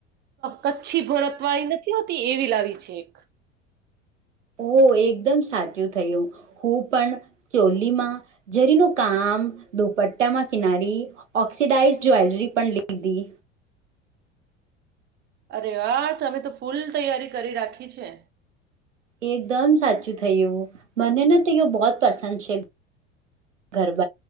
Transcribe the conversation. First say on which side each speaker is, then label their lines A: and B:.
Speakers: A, on the right; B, on the right.
A: કચ્છી ભરત વાળી નથી હોતી એવી લાવી છે એક.
B: ઓ સાચું થયું, હું પણ ચોલીમાં જરીનું કામ દુપટ્ટામાં કિનારી ઓક્સિડાઝ જ્વેલરી પણ લીધી.
A: અરે હા તમે તો ફૂલ તૈયારી કરી રાખી છે.
B: એકદમ થયયું ને, તો બહુંત પસંદ છે. રબ